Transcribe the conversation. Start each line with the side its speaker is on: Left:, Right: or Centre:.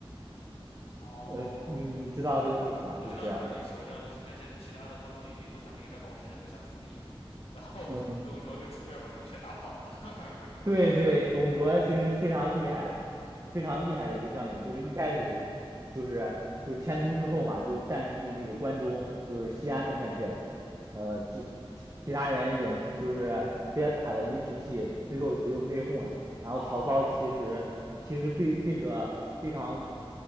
Left: 哦，
Right: 呃，你知道这个历史吧？
Left: 我知道这段历史，
Right: 就是，
Left: 我知道历史，但是其他的关东联军都想明哲保身，不想出力，然后董卓就出面把他们全打跑了。
Right: 嗯，对对，董卓其实非常厉害，非常厉害的一个将领。就是一开始就是就是迁都之后嘛，就占据那个关中，就是西安那片地儿。呃，就其他人也就是被他打的没脾气，最后只有内讧了。然后曹操其实其实对这个非常
Left: <laughs> 哦，